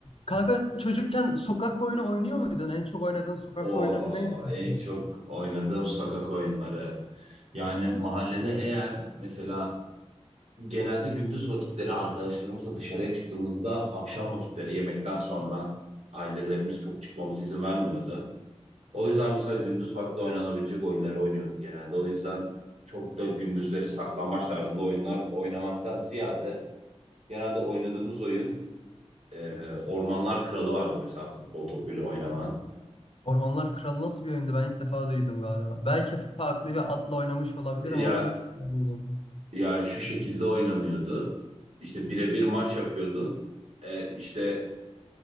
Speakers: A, on the left; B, on the right.
A: Kanka çocukken sokak oyunu oynuyor muydun? En çok oynadığın sokak
B: O
A: oyunu neydi? mesela?
B: en çok oynadığım sokak oyunları. Yani mahallede eğer mesela genelde gündüz vakitleri arkadaşlarımızla dışarıya çıktığımızda akşam vakitleri yemekten sonra ailelerimiz çok çıkmamıza izin vermiyordu. O yüzden mesela gündüz vakti oynanabilecek oyunları oynuyorduk genelde. O yüzden çok da gündüzleri saklambaç tarzında oyunlar oynamaktan ziyade genelde oynadığımız oyun e, Ormanlar Kralı vardı mesela futbol topuyla oynanan.
A: Ormanlar Kralı nasıl bir oyundu? Ben ilk defa duydum galiba. Belki farklı bir adla oynamış olabilirim
B: Ya
A: ama ilk defa duydum.
B: Yani şu şekilde oynanıyordu. İşte birebir maç yapıyordun. Ee, işte